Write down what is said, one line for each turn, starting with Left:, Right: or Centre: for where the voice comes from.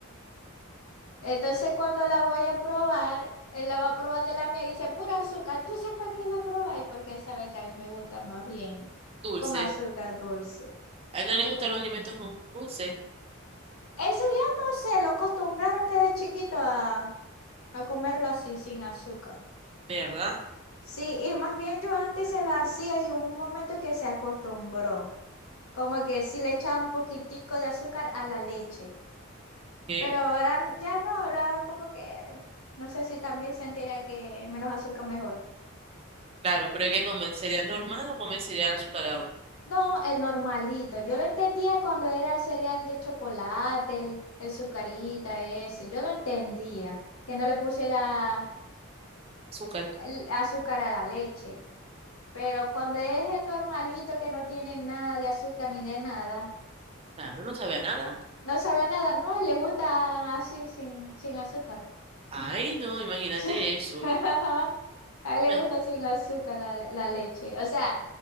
Left: Entonces cuando la voy a probar, él la va a probar de la mía y dice, pura azúcar. Entonces, ¿para qué la probáis? Porque él sabe que a mí me gusta más bien
Right: Dulce.
Left: con azúcar dulce.
Right: A él no le gustan los alimentos con dulce,
Left: El cereal, no sé, lo acostumbraron desde chiquito a, a comerlo así, sin azúcar.
Right: ¿verdad?
Left: Sí, y más bien yo antes se la hacía y hubo un momento que se acostumbró, como que sí le echaba un poquitico de azúcar a la leche,
Right: Ok.
Left: pero ahora n- ya no, ahora como que no sé si también sentirá que menos azúcar mejor.
Right: Claro, pero hay que comer cereal normal o comer cereal azucarado.
Left: No, el normalito, yo lo entendía cuando era el cereal de chocolate, el, el Zucarita ese, yo lo entendía, que no le pusiera
Right: Azúcar.
Left: el azúcar a la leche, pero cuando es el normalito que no tiene nada de azúcar ni de nada.
Right: Claro, no sabe a nada.
Left: No sabe nada, no, le gusta así sin, sin azúcar.
Right: Ay, no, imagínate
Left: Sí.
Right: eso.
Left: <laughs> A él le
Right: Ve,
Left: gusta sin azúcar la, la leche. O sea,